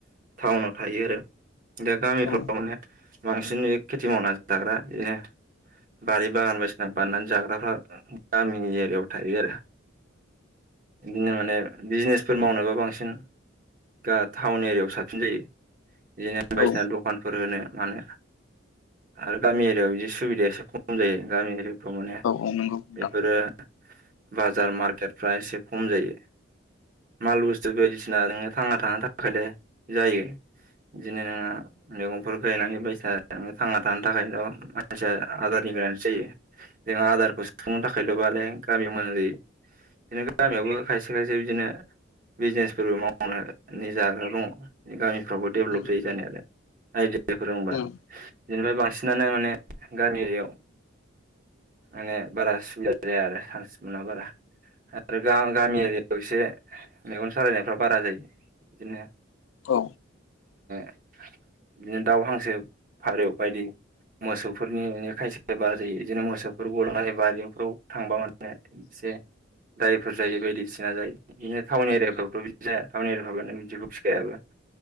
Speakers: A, on the right (about 40°); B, on the left (about 85°).
A: टाउनाव थायो आरो दा गामिफ्राव
B: औ
A: माने बांसिन बे खेथि मावनानै जाग्रा बिदिनो बारि बागान बायसिना बाननानै जाग्राफ्रा गामिनि एरियायाव थायो आरो बिदिनो माने बिजनेस फोर मावनोबा बांसिन दा टाउन एरियायाव साबसिन जायो बिदिनो
B: औ
A: बायदिसिना
B: औ
A: दखानफोर होनो मानो आरो गामि एरिआव बिदि सुबिदायााससे खम जायो गामि एरिफ्राव माने
B: औ नंगौ नोंथां
A: बेफोरो बाजार मार्केटफ्रा एसे खम जायो माल बुस्थु बायदिसिना नोङो थांना थानो थाखायलाय जायो। बिदिनो नोङो मैगंफोर गायनानै बायसि थांना थानो थाखायल' मानसिया आदारनि जायो। जोंङो आदारखौ सुफुंनो थाखायल' बालाय गामियाव मोजां जायो बिदिनो गामियावबो खायसे खायसे बिदिनो बिजनेसफोरबो मावनानै जाग्रा दङ गामिफ्रावबो डेभेलप
B: उम
A: जायो जानाय। आइदिया फोरबा
B: उम
A: जनिफ्राय बांसिनानो माने गामि एरियाव माने बारा सुबिदा जाया आरो चान्स मोना बारा आरो गामि एरियायाव एसे मेगन सालायनायफ्रा बारा जायो। बिदिनो
B: औ
A: <inaudible> बिदिनो दाउ हांसो फारौ बायदि मोसौफोरनि खायसे एबार जायो बिदिनो मोसौफोर गला बारियावफ्राव थांबा मनाया एसे दायफोर जायो बायदिसिना जायो बिदिनो टाउन एरियाफ्रावथ' बिदि जाया टाउन एरियाफ्रावानो बिदिबो फिखायाबो